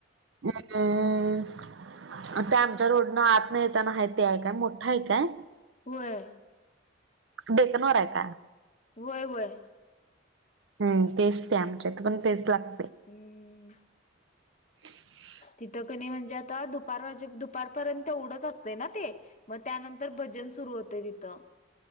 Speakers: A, on the right (about 70°); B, on the left (about 40°).
A: हम्म ते आमच्या रोडनं आतन येताना आहे ते आहे काय? मोठा आहे काय?
B: होय.
A: डेक्कन वर आहे काय?
B: होय होय.
A: हम्म तेच ते आमच्या इथ पण तेच लाग
B: हम्म.
A: <unintelligible>
B: तिथं की नाही म्हणजे आता दुपार दुपारपर्यंत तेवढंच असतंय ना ते? मग त्यानंतर भजन सुरू होतंय तिथं.